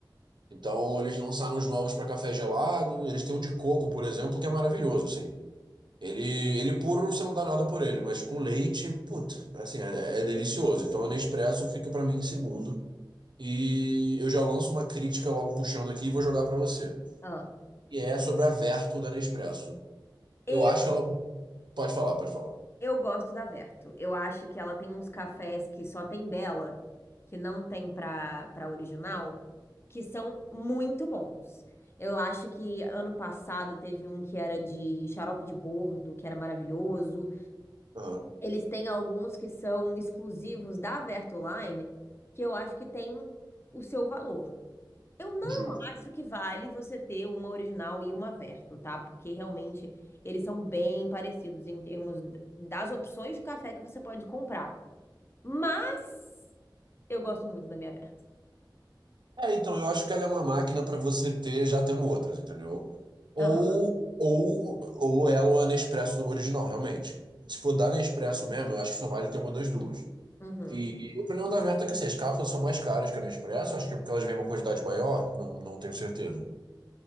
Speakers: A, on the right (about 65°); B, on the left (about 30°).
A: Então, eles lançaram os novos para café gelado. Eles têm um de coco, por exemplo, que é maravilhoso, assim. Ele, ele puro, você não dá nada por ele, mas com leite, puta, assim, é, é delicioso. Então, o Nespresso fica para mim em segundo. E eu já lanço uma crítica logo puxando aqui e vou jogar para você.
B: aham.
A: E é sobre a Vertu da Nespresso.
B: Eu,
A: Eu acho ela. Pode falar, pode falar.
B: eu gosto da Verto. Eu acho que ela tem uns cafés que só tem dela, que não tem pra, pra original, que são muito bons. Eu acho que ano passado teve um que era de xarope de bordo, que era maravilhoso.
A: Aham.
B: Eles têm alguns que são exclusivos da Verto Line, que eu acho que tem o seu valor. Eu não
A: Ju-
B: acho que vale você ter uma original e uma Verto, tá? Porque realmente eles são bem parecidos em termos d- das opções de café que você pode comprar. Mas eu gosto muito da minha Verto.
A: É, então, eu acho que ela é uma máquina para você ter já tendo outras, entendeu? Ou,
B: Aham.
A: ou, ou ela é a Nespresso original, realmente. Se for da Nespresso mesmo, eu acho que só vale ter uma das duas.
B: Uhum.
A: E, e o problema da Verta é que assim, as cápsulas são mais caras que a Nespresso, acho que é porque elas vêm uma quantidade maior, não, não tenho certeza.